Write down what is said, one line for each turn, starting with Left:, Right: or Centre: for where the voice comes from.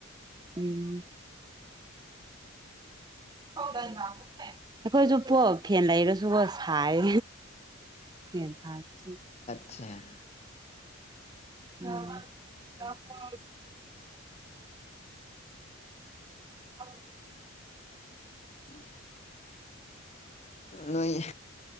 Right: ꯎꯝ ꯍꯗꯃ ꯑꯩꯈꯣꯏꯁꯨꯄꯣ ꯐꯦꯟ ꯂꯩꯔꯁꯨꯕꯣ ꯁꯥꯏ ꯐꯦ ꯊꯝꯁꯤ
Left: ꯆ
Right: ꯑ ꯑ <inaudible> ꯑ <inaudible>
Left: ꯎꯝ ꯅꯣꯏ